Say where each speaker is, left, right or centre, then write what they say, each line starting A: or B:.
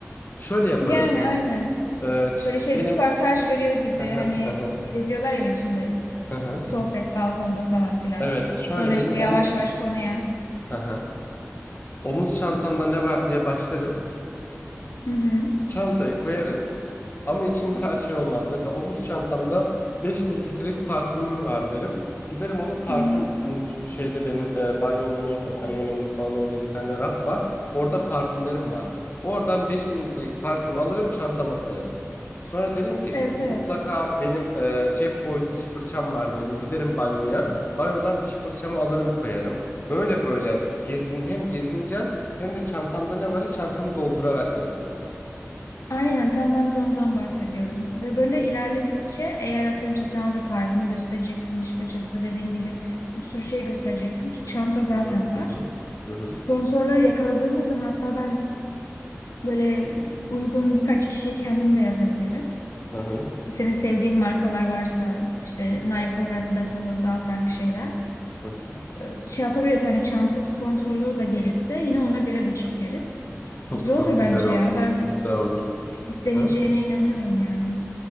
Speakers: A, on the left; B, on the left.
A: Şöyle yaparız.
B: Yani aynen.
A: Ee, ç-
B: Böyle şey
A: benim
B: röportaj veriyor gibi
A: Hı hı,
B: hani
A: hı hı,
B: geziyorlar evin içinde
A: hı hı.
B: sohbet balkonda falan filan.
A: Evet, şöyle
B: Sonra
A: benim
B: işte
A: om...
B: yavaş yavaş konuya.
A: Hı hı. omuz çantamda ne var diye başlarız.
B: Hı hı.
A: Çantayı koyarız ama içinde her şey olmaz. Mesela omuz çantamda 5 mililitrelik parfümüm var derim. Giderim onu parfüm
B: Hı hı.
A: mut şeyde benim e, banyonun orada, banyoyla mutfağın orada bir tane raf var. Orada parfümlerim var. Oradan 5 mililitrelik parfüm alırım çantama koyarım. Sonra derim ki
B: Evet evet.
A: mutlaka benim e, cep boy diş fırçam var derim. Giderim banyoya. Banyodan diş fırçamı alırım koyarım. Böyle böyle gezin hem gezineceğiz hem de çantamda ne varı çantamı doldurarak yapacağız.
B: Aynen tam ben de ondan bahsediyordum. Ve böyle ilerledikçe eğer atıyorum işte sen orada parfüm göstereceksin, diş fırçası dediğin gibi bir sürü şey göstereceksin ki çanta zaten
A: Hı hı
B: var.
A: hı hı hı hı
B: Sponsorları yakaladığımız zaman hatta ben böyle uygun birkaç kişiye kendim de yazabilirim.
A: hı hı.
B: Senin sevdiğin markalar varsa işte Nike olur, Adidas olur daha farklı şeyler.
A: hı hı.
B: Ee, Şey yapabiliriz hani çanta sponsorluğu da gelirse yine ona göre de çekeriz.
A: Çok
B: Güzel
A: çok
B: olur
A: güzel
B: bence
A: olur.
B: ya. Ben
A: Güzel olur.
B: izleneceğine
A: Hı?
B: inanıyorum yani.